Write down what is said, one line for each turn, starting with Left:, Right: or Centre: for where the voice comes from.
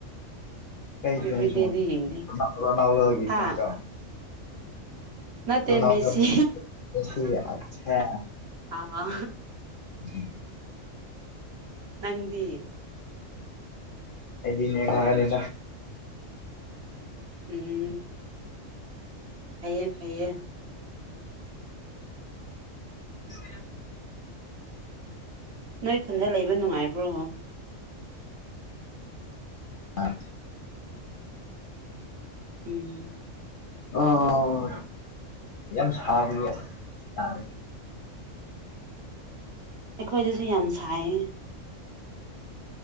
Left: ꯀꯩ
Right: ꯑꯦꯕ꯭ꯔꯤꯗꯦꯗꯤ
Left: ꯐꯦꯟꯁꯅꯣ
Right: ꯌꯦꯡꯗꯦ
Left: ꯔꯣꯅꯥꯜ ꯔꯣꯅꯥꯜꯗꯣꯒꯤ
Right: ꯍꯥ
Left: ꯐꯦꯟꯁꯔꯣ
Right: ꯅꯠꯇꯦ
Left: ꯔꯣꯅꯥꯜꯗꯣꯒꯤ
Right: ꯃꯦꯁꯤ
Left: ꯃꯦꯁꯤꯒꯤ ꯑꯠꯁꯥ
Right: ꯑꯥ
Left: <inaudible>
Right: ꯅꯪꯗꯤ
Left: ꯑꯩꯗꯤ ꯅꯦꯒꯥꯏꯔꯅꯤꯗ
Right: ꯎꯝ ꯐꯩꯌꯦ ꯐꯩꯌꯦ
Left: <unintelligible>
Right: ꯅꯣꯏ ꯈꯨꯟꯗ ꯂꯩꯕ ꯅꯨꯡꯉꯥꯏꯕ꯭ꯔꯣ
Left: ꯑꯥ
Right: ꯎꯝ
Left: ꯑꯣ ꯌꯥꯝ ꯁꯥꯕꯒꯤ ꯑꯁ ꯌꯥꯗ꯭ꯔꯦ
Right: ꯑꯩꯈꯣꯏꯗꯁꯨ ꯌꯥꯝ ꯁꯥꯏꯌꯦ